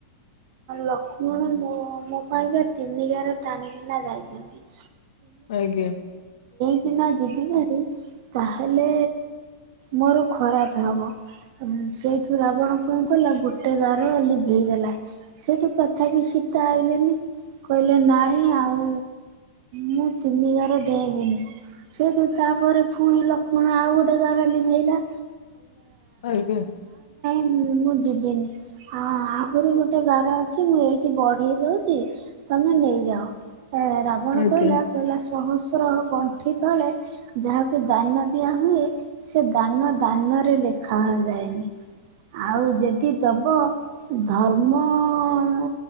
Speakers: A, on the right; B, on the left.
A: ଲକ୍ଷ୍ମଣ ମୋ ମୋ ପାଇଁକା ତିନିିଗାର ଟାଣିକିନା ଯାଇଚନ୍ତି।
B: ଆଜ୍ଞା।
A: କିନା ଯିବି ଭାରି ତାହେଲେ ମୋର ଖରାପ ହେବ। ଅଁ ସେଇଠୁ ରାବଣ କଣ କଲା ଗୋଟେ ଗାର ଲିଭେଇଦେଲା ସେଇଠୁ ତଥାପି ସି ତା ଆଇିଲେନି କହିଲେ ନାଇଁ ଆଉ ମୁଁ ତିନିିଗାର ସେୟା ବି ସେଉଠୁ ତାପରେ ପୁଣି ଲକ୍ଷ୍ମଣ ଆଉ ଗୋଟେ ଗାର ଲିଭେଇଲା
B: ଆଜ୍ଞା।
A: ହୁଁ ମୁଁ ଯିବିନି ଆ-ଆ ଆହୁରି ଗୋଟେ ଗାର ଅଛି ମୁଁ ଏଇ ଠି ବଢେଇ ଦଉଚି ତମେ ନେଇଯାଅ। ଏ ରାବଣ
B: ଆଜ୍ଞା
A: କହିଲା
B: ଆଜ୍ଞା
A: କହିଲା ସହସ୍ର ଗଣ୍ଠି ତଳେ ଯାହାକୁ ଦାନା ଦିଆ ହୁଏ ସେ ଦାନ ଦାନରେ ଲେଖା ହ ଯାଏନି। ଆଉ ଯେଦି ଦବ ଧର୍ମ ଅଂ